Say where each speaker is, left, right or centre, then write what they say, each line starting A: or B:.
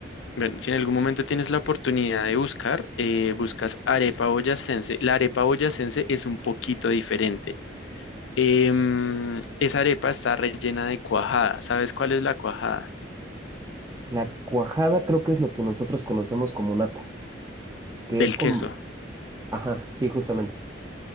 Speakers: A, on the left; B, on the right.
A: Bueno, si en algún momento tienes la oportunidad de buscar, eh, buscas arepa boyacense. La arepa boyacense es un poquito diferente. Em, esa arepa está rellena de cuajada. ¿Sabes cuál es la cuajada?
B: La cuajada creo que es lo que nosotros conocemos como nata, que
A: Del
B: es como...
A: queso,
B: Ajá, sí, justamente.